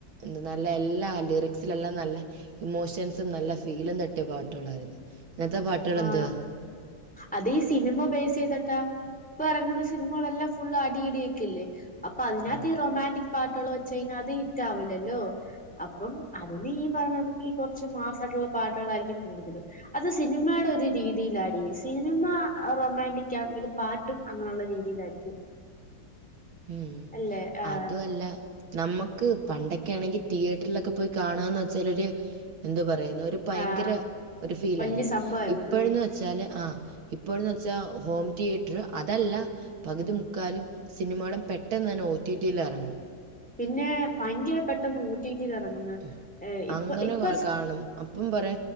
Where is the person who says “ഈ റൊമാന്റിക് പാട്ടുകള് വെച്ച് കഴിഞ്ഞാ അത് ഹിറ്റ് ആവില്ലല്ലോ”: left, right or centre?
Centre